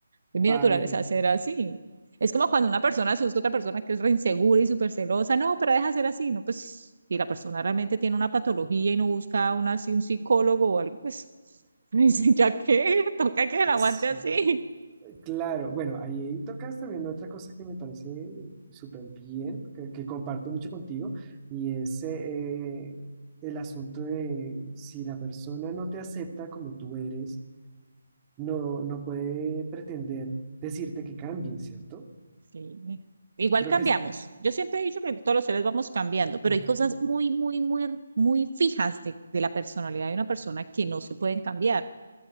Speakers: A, on the right; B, on the right.
A: Es
B: Vale.
A: mi naturaleza ser así. Es como cuando una persona se busca otra persona que es re insegura y súper celosa, no, pero deja ser así, no, pues, y la persona realmente tiene una patología y no busca una, así, un psicólogo o algo, pues, <laughs> dice, ¿ya qué? <laughs> Toca que la aguante
B: Sí,
A: así.
B: claro. Bueno, ahí tocas también otra cosa que me parece súper bien, que, que comparto mucho contigo, y es eh, el asunto de si la persona no te acepta como tú eres, no, no puede pretender decirte que cambies, ¿cierto?
A: Sí. Igual
B: Creo
A: cambiamos.
B: que es...
A: Yo siempre he dicho que todos los seres vamos cambiando, pero
B: <clears throat>
A: hay cosas muy, muy, muy, muy fijas de, de la personalidad de una persona que no se pueden cambiar.